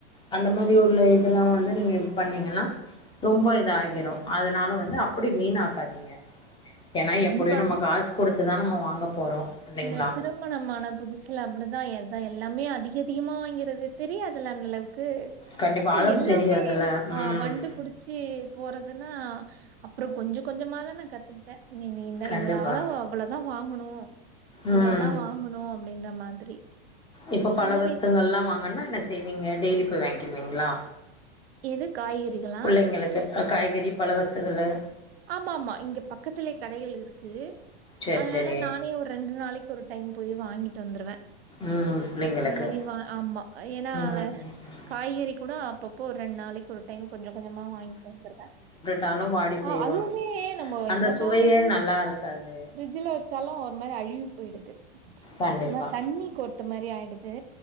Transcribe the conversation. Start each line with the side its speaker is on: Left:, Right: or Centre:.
Left: அந்த மாரி உள்ள இதெல்லா வந்து நீங்க பண்ணீங்கன்னா ரொம்ப இதாஆகிரு அதனால வந்து அப்புடி வீணாக்காதீங்க என்னா
Right: கண்டிப்பா
Left: எப்புடியு நம்ம காஸ் குடுத்துதா நம்ம வாங்க போறோ இல்லைங்களா
Right: நேத் இரவு மணமான புதுசுல அப்புடிதா எத எல்லாமே அதிக அதிகமா வாங்கிறது தெரியாதல அந்தளவுக்கு
Left: கண்டிப்பா
Right: அப்ப
Left: அளவு
Right: எல்லாமே
Left: தெரியாதுல்ல ம்
Right: அ வண்டுபுடி ச்சு போறதுன்னா அப்பற கொஞ்சொ கொஞ்சொமாதா நா கத்துக்கிட்டே நீ நீந்த
Left: கண்டிப்பா
Right: இதலா அவ்வளதா வாங்குணு இவ்ளதா
Left: ம்
Right: வாங்குணு அப்டின்ற மாதிரி
Left: இப்போ பல
Right: அது மாரி
Left: வஸ்தங்கள்லா வாங்கன்னா ன்ன செய்வீங்க டெய்லி போய் வாங்கிருவீங்களா
Right: எது காய்கறிகளா?
Left: புள்ளைங்குளுக்கு அ காய்கறி பல வஸ்துகளு
Right: ஆம்மா ஆம்மா இங்க பக்கத்துலே கடைகள் இருக்கு
Left: சேரி
Right: அதனால
Left: சேரி
Right: நானே ஒரு ரெண்டு நாளை க் ஒரு டைம் போயி வாங்கிட்டு வந்துருவ
Left: ம் புள்ளைங்களுக்கு
Right: அந்த மெரி வா ஆம்மா என்னா
Left: ம்
Right: வேற காய்கறி கூட அப்பப்போ ஒரு ரெண் நாளைக்கு ஒரு டைம் கொஞ்சொ கொஞ்சொமா வாங்கி வந்துருவ
Left: தாலும் வாடி போயிரு
Right: அ அதுமே நம்ம
Left: அந்த
Right: என்னதா
Left: சுவையே
Right: வந்து
Left: நல்லா இருக்காது
Right: ஃப்ரிட்ஜுல வச்சாலு ஒரு மாரி அழுவி பொய்டுது ஒரு
Left: கண்டிப்பா
Right: மா தண்ணி கோர்த்த மாரி ஆய்டுது